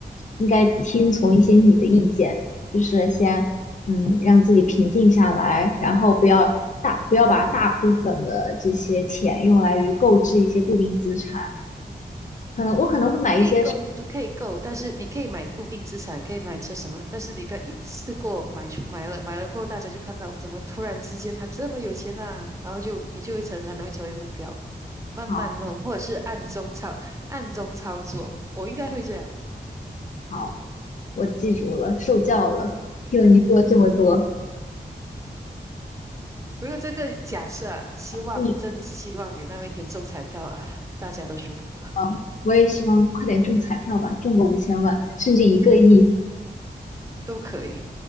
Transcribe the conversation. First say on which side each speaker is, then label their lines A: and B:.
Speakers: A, on the left; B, on the right.
A: 应该听从一些你的意见，就是先嗯让自己平静下来，然后不要大不要把大部分的这些钱用来于购置一些固定资产。可能我可能会买一些
B: 可以够都可以够，但是你可以买固定资产，可以买车什么，但是你不要一次过买出买了，买了过后大家就看到怎么突然之间他这么有钱啦、然后就你就会成很容易成为目标，慢慢弄或者是暗中操暗中操作，
A: 好
B: 我应该会这样。
A: 好。我记住了，受教了。听了你说了这么多，
B: 不过这个假设啊，希望真的希望有那么一天中彩票啊，
A: 嗯，
B: 大家都舒服了，
A: 好我也希望快点中彩票吧，中个五千万，甚至一个亿。
B: 都可以，